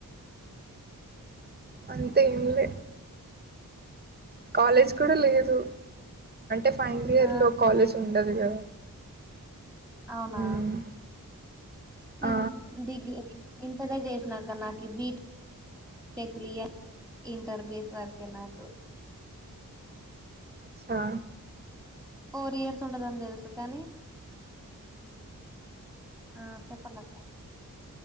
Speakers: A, on the right; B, in the centre.
A: అంతే ఏంలే కాలేజ్ కూడా లేదు అంటే ఫైన్లియర్
B: ఆ
A: లో కాలేజ్ ఉండదు కదా.
B: అవునా
A: మ్మ్.
B: నేను
A: ఆ
B: డిగ్రీ ఇంటరే చేసినాక్క నాకి బీ టెక్ లు ఇయ ఇంటర్ బేస్ వరకే నాకు.
A: చా
B: ఫోర్ ఇయర్స్ ఉంటదని తెలుసు కానీ ఆ చెప్పండి అక్క